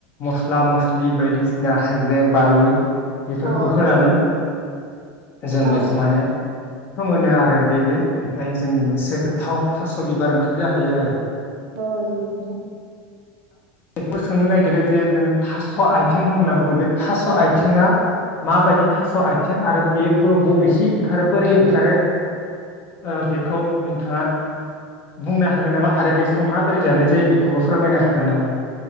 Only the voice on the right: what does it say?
औ
औ
औ नंगौ नोंथां।